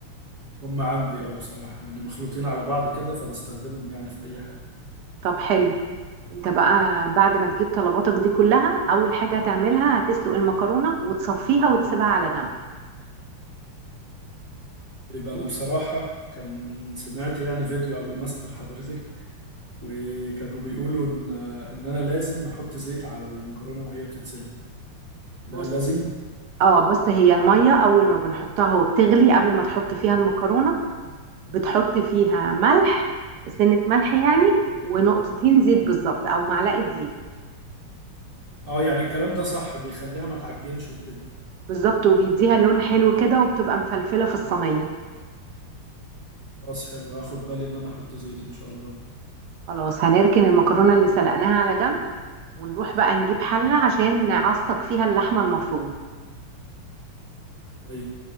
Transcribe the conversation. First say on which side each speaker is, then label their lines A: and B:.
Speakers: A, on the right; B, on the right.
A: هم عندي اه بصراحه يعني مخلوطين على بعض كده فبستخدمهم يعني في اي حاجه
B: طب حلو انت بقى بعد ما تجيب طلباتك دي كلها اول حاجة هتعملها هتسلق المكرونة وتصفيها وتسيبها على جنب
A: يبقى انا
B: انت
A: بصراحه كان سمعت يعني فيديو قبل ما اسال حضرتك وكانوا بيقولوا ان آه، ان انا لازم احط زيت على المكرونه وهي بتتسلق ده
B: بص
A: لازم
B: اه بص هي المية اول ما بنحطها وبتغلي قبل ما تحط فيها المكرونة بتحط فيها ملح سنة ملح يعني ونقطتين زيت بالظبط او معلقة زيت
A: اه يعني الكلام ده صح بيخليها ما تعجنش وكده
B: بالظبط وبيديها لون حلو كده وبتبقى مفلفلة في الصينية
A: خلاص حلو هاخد بالي ان انا احط زيت ان شاء الله
B: خلاص هنركن المكرونة اللي سلقناها على جنب ونروح بقى نجيب حلة عشان نعصق فيها اللحمة المفرومة
A: طيب